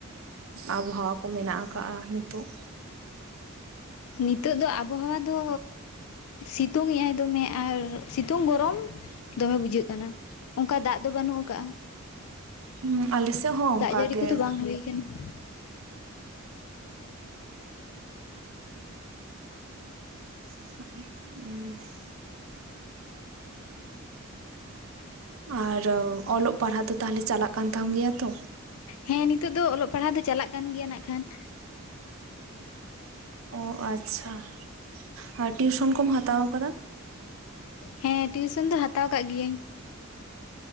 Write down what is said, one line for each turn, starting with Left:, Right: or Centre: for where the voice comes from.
Right: ᱟᱵᱚᱦᱟᱣᱟ? ᱠᱚ ᱢᱮᱱᱟᱜ ᱟᱠᱟᱜᱼᱟ ᱱᱤᱛᱚᱜ ᱾
Left: ᱱᱤᱛᱚᱜ ᱫᱚ ᱟᱵᱚᱦᱟᱣᱟ ᱫᱚ ᱥᱤᱛᱩᱝ ᱮ ᱟᱭ ᱫᱚᱢᱮ ᱾ ᱟᱨ ᱥᱤᱛᱩᱝ ᱜᱚᱨᱚᱢ ᱫᱚᱢᱮ ᱵᱩᱡᱷᱟᱹᱜ ᱠᱟᱱᱟ ᱚᱱᱠᱟ ᱫᱟᱜ ᱫᱚ ᱵᱟᱹᱱᱩᱜ ᱟᱠᱟᱜᱼᱟ ᱾
Right: ᱦᱩᱸ ᱟᱞᱮ ᱥᱮᱫ ᱦᱚᱸ
Left: ᱫᱟᱜ
Right: ᱚᱱᱠᱟ
Left: ᱡᱟᱹᱲᱤ
Right: ᱜᱮ
Left: ᱠᱚᱫᱚ
Right: ᱾
Left: ᱵᱟᱝ ᱦᱩᱭ ᱠᱟᱱᱟ ᱾
Right: <inaudible> ᱟᱨ ᱚᱞᱚᱜ ᱯᱟᱲᱦᱟᱜ ᱫᱚ ᱛᱟᱦᱞᱮ ᱪᱟᱞᱟᱜ ᱠᱟᱱ ᱛᱟᱢ ᱜᱮᱭᱟ ᱛᱚ?
Left: ᱦᱮᱸ ᱱᱤᱛᱚᱜ ᱫᱚ ᱚᱞᱚᱜ ᱯᱟᱲᱦᱟᱜ ᱫᱚ ᱪᱟᱞᱟᱜ ᱠᱟᱱ ᱜᱮᱭᱟ ᱱᱟᱜ ᱠᱷᱟᱱ ᱾
Right: ᱚ ᱟᱪᱪᱷᱟ ᱟᱨ ᱴᱤᱭᱩᱥᱚᱱ ᱠᱚᱢ ᱦᱟᱛᱟᱣ ᱟᱠᱟᱫᱟ?
Left: ᱦᱮᱸ ᱴᱤᱭᱩᱥᱮᱱ ᱫᱚ ᱦᱟᱛᱟᱣ ᱟᱠᱟᱜ ᱜᱤᱭᱟᱹᱧ ᱾